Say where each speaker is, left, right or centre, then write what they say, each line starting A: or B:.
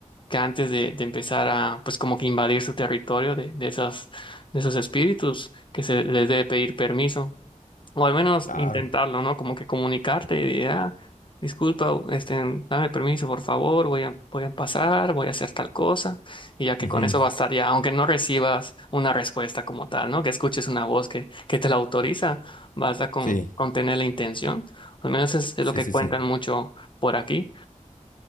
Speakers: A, on the left; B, on the left.
A: que antes de, de empezar a pues como que invadir su territorio de, de esas, de esos espíritus, que se les debe pedir permiso. O al menos
B: claro.
A: intentarlo, ¿no? Como que comunicarte y decir, ah, disculpa, este, dame permiso, por favor, voy a, voy a pasar, voy a hacer tal cosa. Y ya que
B: Ujú.
A: con eso bastaría, aunque no recibas una respuesta como tal, ¿no? Que escuches una voz que, que te la autoriza, basta con,
B: Sí,
A: con tener la intención. Al menos es, es
B: sí,
A: lo que
B: sí,
A: cuentan
B: sí.
A: mucho por aquí.